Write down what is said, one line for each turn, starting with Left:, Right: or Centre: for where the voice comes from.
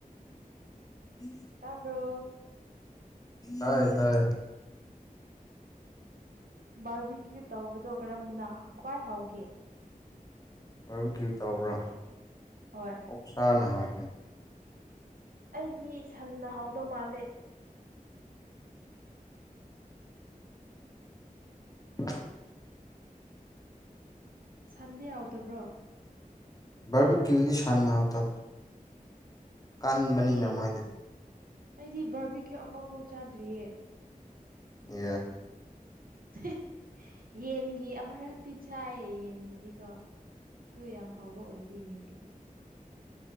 Left: <inaudible>
Right: ꯇꯥꯕ꯭ꯔꯣ
Left: ꯇꯥꯏ ꯇꯥꯏ
Right: ꯕꯥꯔꯕꯤꯀ꯭ꯌꯨ ꯇꯧꯕꯗꯣ ꯀꯔꯝꯕꯅ ꯈ꯭ꯋꯥꯏ ꯍꯥꯎꯒꯦ꯫
Left: ꯕꯥꯔꯕꯤꯀ꯭ꯌꯨ ꯇꯧꯕ꯭ꯔꯥ
Right: ꯍꯣꯏ
Left: ꯑꯣꯛꯁꯅꯥ ꯍꯥꯎꯏ
Right: ꯑꯩꯗꯤ ꯁꯟꯟꯅ ꯍꯥꯎꯗꯧ ꯃꯥꯜꯂꯦ
Left: <unintelligible>
Right: ꯁꯟꯗꯤ ꯍꯥꯎꯇꯕ꯭ꯔꯣ
Left: ꯕꯔꯕꯤ ꯀ꯭ꯌꯨꯗꯤ ꯁꯟꯅ ꯍꯥꯎꯇꯕꯅꯤ ꯀꯟꯕꯅꯤꯅ
Right: ꯑꯩꯗꯤ
Left: ꯃꯣꯏꯗꯤ
Right: ꯑꯩꯗꯤ ꯕꯥꯔꯕꯤꯀ꯭ꯌꯨ ꯑꯃꯐꯥꯎ ꯆꯥꯗ꯭ꯔꯤꯌꯦ
Left: ꯌꯥ
Right: <unintelligible> ꯌꯦꯟꯒꯤ ꯑꯃꯔꯛꯇꯤ ꯁꯥꯏꯌꯦ ꯌꯦꯟꯒꯤꯗꯤꯀꯣ ꯑꯗꯨ ꯌꯥꯝ ꯍꯥꯎꯕ ꯑꯣꯏꯗꯦ ꯌꯦꯟꯒꯤꯗꯤ